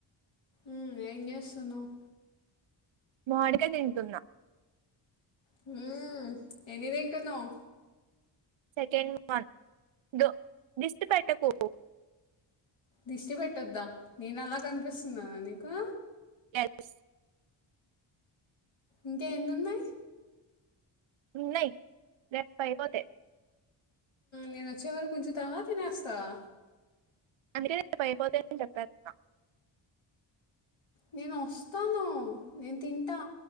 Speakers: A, on the left (about 70°); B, on the right (about 70°).
A: ఉ ఏం చేస్తున్నావ్
B: మోడీకాయ తింటున్నా
A: హూ ఎన్ని తింటున్నావ్
B: సెకండ్ వన్ దో దిష్టి పెట్టకు
A: దిష్టి పెట్టొద్దా నేను అలా కనిపిస్తున్నానా నీకు
B: ఎస్
A: ఇంకా ఎన్ని ఉన్నాయి
B: ఉన్నాయి రేపుతో అయిపోతాయి
A: నేను వచ్చే వరకు ఉంచుతావా తినేస్తావా
B: <inaudible>
A: నేను వస్తాను నేను తింటా